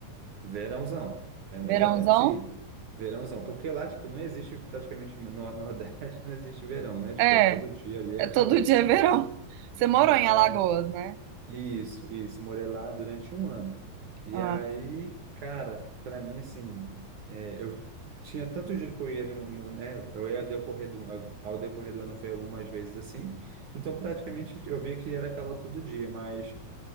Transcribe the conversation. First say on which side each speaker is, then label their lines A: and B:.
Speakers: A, on the right; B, on the right.
A: verãozão. É melhor,
B: Verãozão?
A: assim, verãozão. Porque lá, tipo, não existe praticamente no Nordeste, <laughs> não existe verão, né? Tipo,
B: É,
A: é todo dia ali, é
B: é
A: calor.
B: todo dia é verão. Você morou
A: Mas
B: em Alagoas, né?
A: Isso, isso. Morei lá durante um ano. E
B: Ah,
A: aí,
B: tá.
A: cara, para mim, assim, é, eu tinha tantos dias que eu ia, no, no- né? Eu ia decorrer do, ao decorrer do ano, foi algumas vezes assim. Então, praticamente, eu via que era calor todo dia, mas